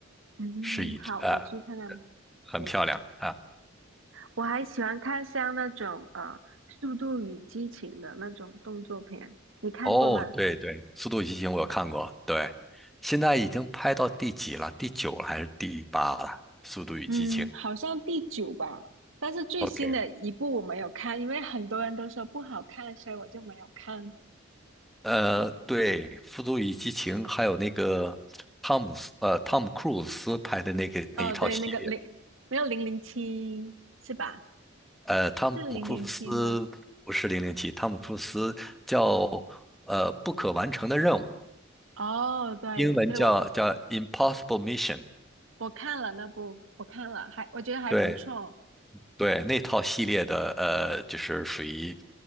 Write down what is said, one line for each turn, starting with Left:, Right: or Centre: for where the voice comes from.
Right: 嗯，
Centre: 是一只，
Right: 好，
Centre: 啊，
Right: 我去看看。
Centre: 很漂亮啊。
Right: 对，我还喜欢看像那种呃《速度与激情》的那种动作片，你看过吗？
Centre: 哦，对对，《速度与激情》我有看过，对，现在已经拍到第几了？第九了还是第八了？《速度与激情》
Right: 嗯，好像第九吧，但是最新的一部我没有看，
Centre: OK，
Right: 因为很多人都说不好看，所以我就没有看。
Centre: 呃，对，《速度与激情》还有那个汤姆斯，呃，汤姆·克鲁斯拍的那个那一套系列。
Right: 哦，对，那个零没有零零七是吧？
Centre: 呃，汤姆·
Right: 是零零七吗？
Centre: 库鲁斯不是零零七，汤姆·库鲁斯叫呃不可完成的任务，
Right: 哦，对对，
Centre: 英文叫叫
Right: 我
Centre: Impossible Mission。
Right: 我看了那部，我看了，还我觉得还不错。
Centre: 对对，那套系列的呃，就是属于